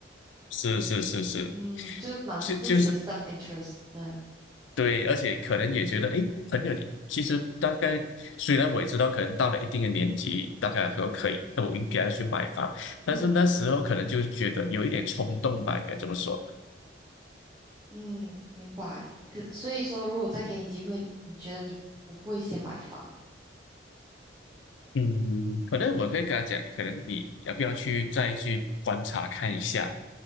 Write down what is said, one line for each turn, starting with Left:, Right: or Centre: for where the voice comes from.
Left: 是是是是，
Right: 嗯，就满足自己的
Left: 就就是
Right: self interest 这样。
Left: 对，而且可能也觉得，哎，很有。其实大概虽然我也知道，可能到了一定的年纪，大概说可以都应该要去买房，但是那时候可能就觉得有一点冲动吧，
Right: 嗯
Left: 应该这么说。
Right: 嗯，明白。可所以说，如果再给你机会，你觉得你不会先买房？
Left: 嗯，可能我可以跟他讲，可能你要不要去再去观察看一下